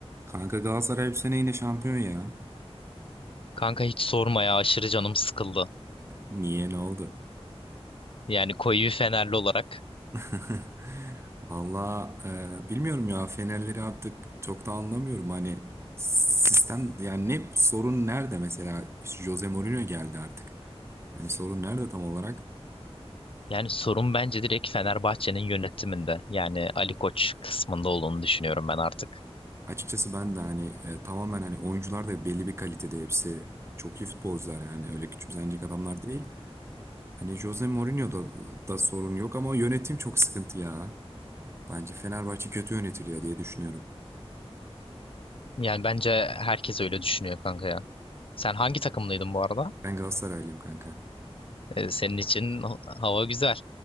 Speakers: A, on the right; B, on the left.
A: Kanka Galatasaray bu sene yine şampiyon ya.
B: Kanka hiç sorma ya aşırı canım sıkıldı.
A: Niye ne oldu?
B: Yani koyu bir Fenerli olarak.
A: <laughs> Valla e, bilmiyorum ya Fenerleri artık çok da anlamıyorum. Hani sistem yani ne sorun nerede mesela İşte Jose Mourinho geldi artık. Hani sorun nerede tam olarak?
B: Yani sorun bence direkt Fenerbahçe'nin yönetiminde. Yani Ali Koç kısmında olduğunu düşünüyorum ben artık.
A: Açıkçası ben de hani e, tamamen hani oyuncular da belli bir kalitede hepsi çok iyi futbolcular yani öyle küçümsenecek adamlar değil. Hani Jose Mourinho'da da sorun yok ama yönetim çok sıkıntı ya. Bence Fenerbahçe kötü yönetiliyor diye düşünüyorum.
B: Yani bence herkes öyle düşünüyor kanka ya. Sen hangi takımlıydın bu arada?
A: Ben Galatasaraylıyım kanka.
B: Ee, senin için h- hava güzel.